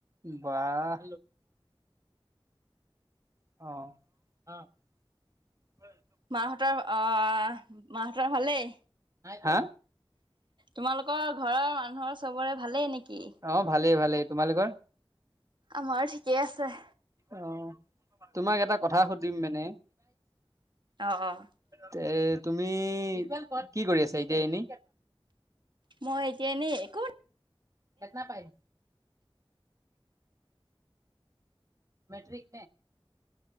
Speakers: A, on the right; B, on the right.
A: বাহ অ'
B: মাহঁতৰ আহ মাহঁতৰ ভালেই।
A: হা
B: তোমালোকৰ ঘৰৰ মানুহৰ চবৰে ভালেই নেকি?
A: অ ভালেই, ভালেই ।তোমালোকৰ?
B: আমাৰো ঠিকেই আছে।
A: অ' তোমাক এটা কথা সুধিম মানে।
B: অ', অ',
A: তে তুমি কি কৰি আছা, এতিয়া এনে?
B: মই এতিয়া এনেই একে।
A: কেনা পায়। মেট্ৰিক